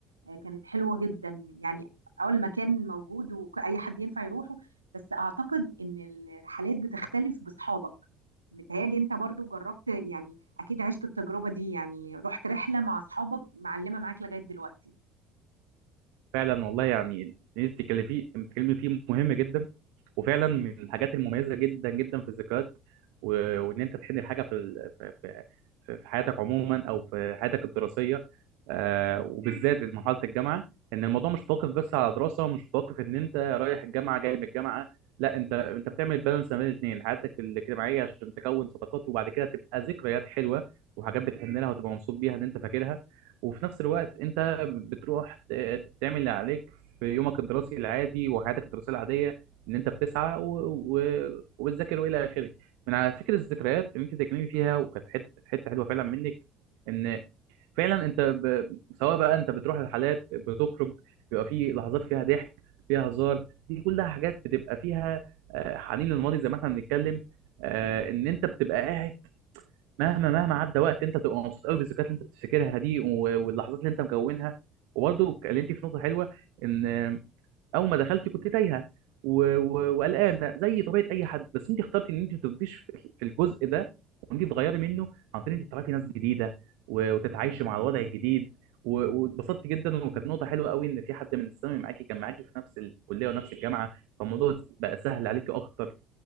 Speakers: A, on the right; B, on the right.
A: آه، كانت حلوة جدا يعني أول مكان موجود وأي حد ينفع يروحه بس أعتقد إن الرحلات بتختلف بأصحابك متهيألي أنت برضو جربت يعني اكيد عشت التجربه دي يعني رحت رحله مع اصحابك معلمه معاك لغايه دلوقتي
B: فعلا والله يعني اللي انت بتتكلمي فيه بتتكلمي فيه مهم جدا وفعلا من الحاجات المميزه جدا جدا في الذكريات و- وان انت تحن الحاجه في ال- في في في- في حياتك عموما او في حياتك الدراسيه آه، وبالذات مرحله الجامعه ان الموضوع مش متوقف بس على دراسه ومش متوقف ان انت رايح الجامعه جاي من الجامعه لا انت انت بتعمل بالانس ما بين الاثنين حياتك الاجتماعيه عشان تكون صداقات وبعد كده تبقى ذكريات حلوه وحاجات بتحن لها وتبقى مبسوط بيها ان انت فاكرها وفي نفس الوقت انت بتروح ت- تعمل اللي عليك في يومك الدراسي العادي وحياتك الدراسية العادية ان انت بتسعى و... و... وبتذاكر والى اخره من على فكرة الذكريات اللي انت بتتكلمي فيها وكانت حتة حتة حلوة فعلا منك ان فعلا انت ب... سواء بقى انت بتروح الحالات بتخرج بيبقى في لحظات فيها ضحك فيها هزار دي كلها حاجات بتبقى فيها آه، حنين للماضي زي ما احنا بنتكلم آه، ان انت بتبقى قاعد مهما مهما عدى وقت انت تبقى مبسوط قوي بالذكريات اللي انت بتفتكرها دي و- واللحظات اللي انت مكونها وبرضه اتكلمتي في نقطه حلوه ان اول ما دخلتي كنت تايهه و- و- وقلقانه زي طبيعه اي حد بس انت اخترتي ان انت ما تفضيش في في الجزء ده وانت تغيري منه عن طريق انك تعرفي ناس جديده و- وتتعايشي مع الوضع الجديد و- واتبسطت جدا وكانت نقطه حلوه قوي ان في حد من الثانوي معاكي كان معاكي في نفس الكليه ونفس الجامعه فالموضوع بقى سهل عليكي اكتر